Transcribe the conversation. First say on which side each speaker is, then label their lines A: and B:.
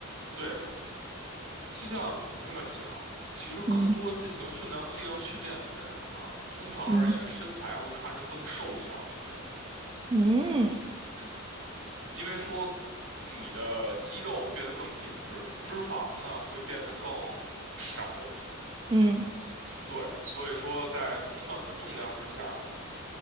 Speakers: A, on the right; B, on the right.
A: 对的，就像你这么想。其实更多进行训练力量训练的人哈，
B: 嗯
A: 通常而言身材会看着更瘦小一些。
B: 嗯嗯
A: 嗯，因为说你的肌肉会变得更紧致，脂肪呢会变得更少，
B: 嗯。
A: 对，所以说在同等的重量之下呢，